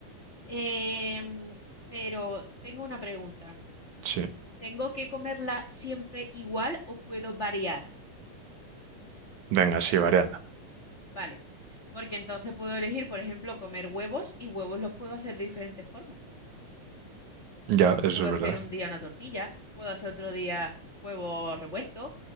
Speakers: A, on the left; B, on the right.
A: em, pero tengo una pregunta.
B: Sí,
A: ¿Tengo que comerla siempre igual o puedo variar?
B: venga, sí, variando.
A: Vale, porque entonces puedo elegir, por ejemplo, comer huevos y huevos los puedo hacer de diferentes formas.
B: Ya, eso
A: Puedo
B: es
A: hacer
B: verdad.
A: un día una tortilla, puedo hacer otro día huevos revueltos,